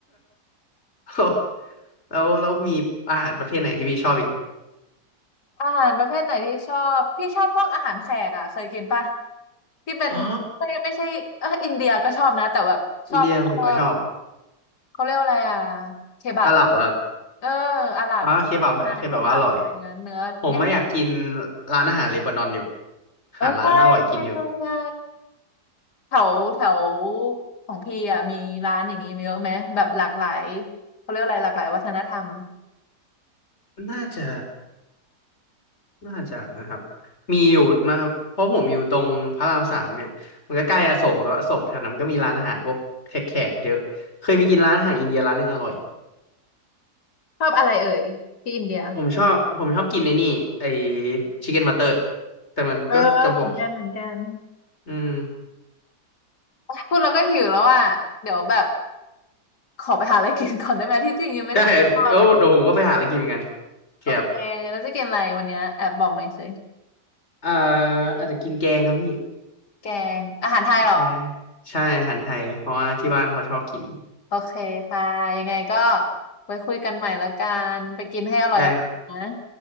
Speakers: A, on the left; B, on the left.
A: <laughs> แล้วแล้วมีอาหารประเทศไหนที่พี่ชอบอีกมั้ย
B: อาหารประเภทไหนที่ชอบพี่ชอบพวกอาหารแขกอ่ะเคยกินปะที่เป็นไม่ไม่ใช่เอออินเดียก็ชอบนะแต่แบบชอบเออ
A: อ๋ออินเดียผมก็ชอบ
B: เขาเรียกว่าอะไรอ่ะเคบับ
A: อาหรับเหรอครับ
B: เอออาหรับอาหารเคบับอะไรนย่า้ยเนื้อย่าง
A: อ๋อเคบับเคบับว่าอร่อยผมไม่อยากกินร้านอาหารเลบานอนอยู่
B: เออใช่ใช่ใช่ใช่
A: หาร้านอร่อยกินอยู่
B: แถวแถวของพี่อ่ะมีร้านอย่างนี้มีเยอะไหมแบบหลากหลายเขาเรียกว่าอะไรหลากหลายวัฒนธรรม
A: น่าจะน่าจะนะครับมีอยู่นะครับเพราะผมอยู่ตรงพระรามสามเนี่ยมันก็ใกล้อโศกแล้วยอโศกแถวนั้นก็มีร้านอาหารพวกแขกๆเยอะเคยไปกินร้านอาหารอินเดียร้านหนึ่งอร่อย
B: ชอบอะไรเอ่ยที่อินเดีย
A: ผมชอบผมชอบกินไอ้นี่ไอ้ชิคเก้นบัตเตอร์แต่มันก็จะบอก
B: เออเหมือนกันเหมือนกัน
A: อืม
B: พูดแล้วก็หิวแล้วอ่ะเดี๋ยวแบบขอไปหาอะไรกินก่อนได้ไหมที่จริงยังไม่ได้กินข้าวเลย
A: ได้ก็เดี๋ยวผมก็ไปหาอะไรกินเหมือนกันเกียบ
B: โอเคแล้วจะกินอะไรวันเนี้ยแอบบอกหน่อยสิ
A: เอ่ออาจจะกินแกงครับพี่
B: แกงอาหารไทยเหรอ
A: ใช่ใช่อาหารไทย เพราะว่าที่บ้านเขาชอบกิน
B: โอเคค่ะยังไงก็ไว้คุยกันใหม่แล้วกันไปกินให้อร่อยๆนะ
A: ได้ครับ